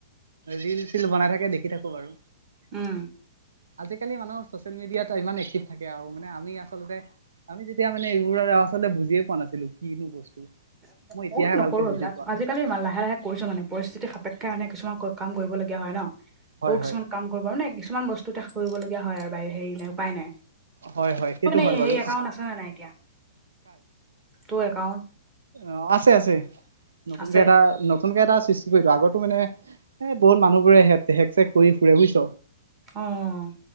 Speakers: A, on the right; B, on the right.
A: ৰিল চিল বনাই থাকে দেখি থাকো বাৰু।
B: উম।
A: আজিকালি মানুহৰ চচিয়েল মিডিয়াত ইমান এক্টিভ থাকে আৰু মানে আমি আচলতে আমি তেতিয়া মানে এইবোৰ আচলতে বুজিয়ে পোৱা নাছিলো কিনো বস্তু।
B: ময়ো <unintelligible>
A: মই এতিয়াহে
B: নকৰো
A: ভালকে
B: এইবিলাক
A: বুজি পোৱা
B: আজি কালি লাহে লাহে কৰিছো মানে পৰিস্থিতি সাপেক্ষে মানে কিছুমান কাম কৰিবলগীয়া হয় ন',
A: হয়
B: সৰু কিছুমান
A: হয়
B: কাম কৰিব হয়নে, কিছুমান বস্তু কৰিবলগীয়া হয় আৰু ব হেৰি নাই উপায় নাই।
A: হয় হয় সেইটো
B: তোৰ <unintelligible>
A: হয় বাৰু
B: সেই একাউন্ট আছে নে নাই এতিয়া তোৰ একাউন্ট
A: অ', আছে আছে, নতুনকে
B: আছে
A: এটা নতু নকে এটা সৃষ্টি কৰিলো আগত মানে বহুত মানুহবোৰে হেক চেক কৰি ফুৰে বুজিছ।
B: অ'।